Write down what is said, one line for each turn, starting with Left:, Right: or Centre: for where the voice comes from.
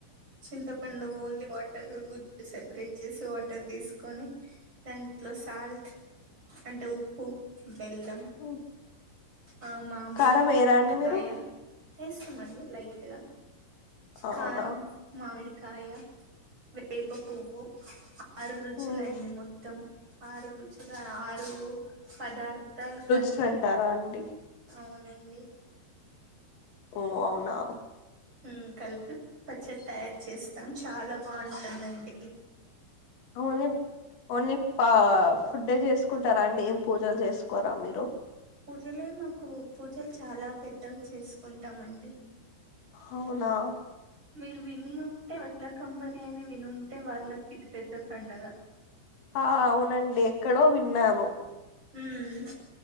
Right: చింతపండుగ ఓన్లీ వాటర్ గు సపరేట్ చేసి వాటర్ తీసుకొని దా సాల్ట్ అంటే ఉప్పు బెల్లం
Left: మ్,
Right: ఆ మామిడికాయ
Left: కారం వేయరా అండి మీరు
Right: ఇష్టమ అండి లైట్గా
Left: అవునా
Right: కారం మామిడి కాయ వేప పువ్వు ఆరు రుచులండి
Left: మ్,
Right: మొత్తం ఆరు రుచులు ఆరు పదార్థాలు కలి
Left: వ అంటారా అండి
Right: అవునండి
Left: ఓ అవునా
Right: హ్మ్ కలిపి పచ్చడి తయారుచేస్తాం చాలా బాగుంటుందండి
Left: అవునేం ఓన్లీ పా ఫుడ్ ఏ చేసుకుంటారా అండి ఏం పూజలు చేసుకోరా మీరు
Right: పూజలే మాకు పూజలు చాలా పెద్దగా చేసుకుంటామండి
Left: అవునా
Right: మీరు విని ఉంటే వడ్లకమ్మరి అని వినింటే వాళ్ళకి ఇది పెద్ద పండగ
Left: ఆ అవునండి ఎక్కడో విన్నాను
Right: హ్మ్